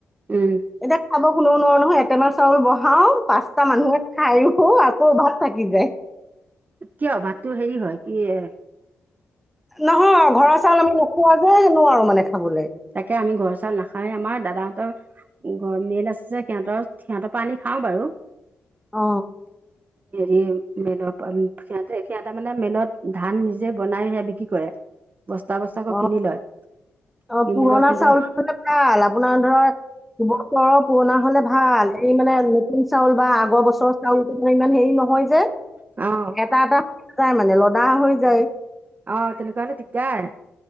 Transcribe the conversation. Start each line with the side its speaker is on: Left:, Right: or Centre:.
Right: উম
Centre: এতিয়া, খাব কোনেও নোৱাৰো নহয়। এটেমা চাউল বহাও, পাঁচটা মানুহে খাইও আকৌ ভাত থাকি যায়।
Right: কিয়? ভাততো হেৰি হয় কি এ
Centre: নহয়, ঘৰৰ চাউল আমি নোখোৱা যে - নোৱাৰো মানে খাবলৈ।
Right: তাকে আমি ঘৰৰ চাউল নাখাওঁৱে, আমাৰ দাদাহঁতৰ ঘৰত মিল আছে যে, সিহঁতৰ, সিহঁতৰ পৰা আনি খাওঁ বাৰু।
Centre: অ।
Right: হেৰি মিলৰ পৰ, সিহঁতে, সিহঁতে মানে মিলত ধান নিজে বনাই সেয়া বিক্ৰী কৰে।
Centre: <inaudible>
Right: বস্তা বস্তাকৈ
Centre: অ
Right: কিনি লয়।
Centre: অ
Right: কিনি
Centre: পুৰণা
Right: লয় সিহঁতে
Centre: চাউল হ'লে ভাল। আপোনাৰ ধৰক, দুবছৰৰ পুৰণা হ'লে ভাল। সেইখিনি মানে তুন চাউল বা আগৰ বছৰৰ চাউলটো মানে ইমান হেৰি নহয় যে,
Right: অ'।
Centre: এটা এটা হৈ যায় মানে লদা হৈ যায়।
Right: অ' তেনেকা হ'লে দিগদাৰ।